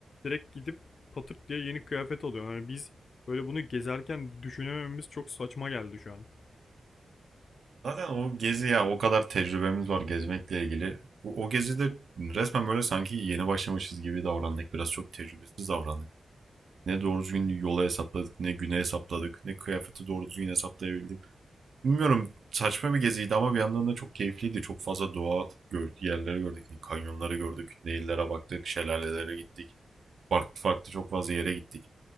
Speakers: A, on the left; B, on the right.
A: Direkt gidip patırt diye yeni kıyafet alıyorsun. Yani biz böyle bunu gezerken düşünemememiz çok saçma geldi şu an.
B: Zaten o gezi ya o kadar tecrübemiz var gezmekle ilgili. O, o gezide resmen böyle sanki yeni başlamışız gibi davrandık. Biraz çok tecrübesiz davrandık. Ne doğru düzgün yola hesapladık, ne güne hesapladık, ne kıyafeti doğru düzgün hesaplayabildim. Bilmiyorum saçma bir geziydi ama bir yandan da çok keyifliydi. Çok fazla doğa gör yerleri gördük. Ne Kanyonları gördük, nehirlere baktık, şelalelere gittik. Farklı farklı çok fazla yere gittik.